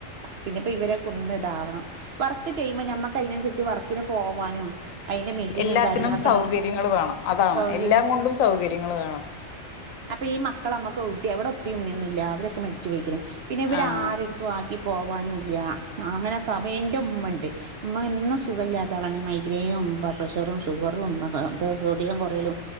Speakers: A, on the right; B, on the left.
A: പിന്നെപ്പോ ഇവരൊക്കെ ഒന്ന് ഇതാവണം വർക്ക് ചെയ്യുമ്പോ ഞമ്മുക്ക് അതിനനുസരിച്ച് വർക്കിന് പോവാനും അതിന്റെ മീറ്റിങ്ങും
B: എല്ലാത്തിനും
A: കാര്യങ്ങളൊക്കെ
B: സൗകര്യങ്ങൾ വേണം അതാണ്
A: സൗകര്യ
B: എല്ലാം കൊണ്ടും സൗകര്യങ്ങൾ വേണം
A: അപ്പൊ ഈ മക്കൾ അമ്മക്ക് എവ്‌ടെ ഇവടെ ഉപ്പിം ഉമ്മിം ഒന്നുല്ലഅവരൊക്കെ മരിച്ച് പോയ്ക്ക്ണ് പിന്നെ ഇവര്
B: ആഹ്
A: ആരെ ടത്തും ആക്കി പോവാനും ഇല്ല ആഹ് അങ്ങനെയൊക്കെ അപ്പൊ ന്റെ ഉമ്മണ്ട് ഉമ്മ ഇന്നും സുഖല്യാത്ത ആളാണ് ഈ മൈഗ്രൈനും പ്രഷറും ഷുഗറും ഒക്കെ ഇത് സോഡിയം കൊറ യലും